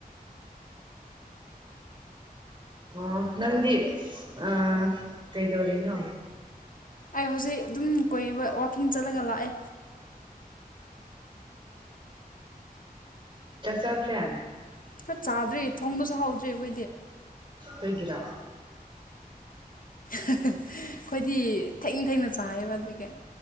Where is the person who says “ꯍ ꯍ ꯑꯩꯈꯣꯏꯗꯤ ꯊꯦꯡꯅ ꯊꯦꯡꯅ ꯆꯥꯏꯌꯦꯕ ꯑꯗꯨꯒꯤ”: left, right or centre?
Left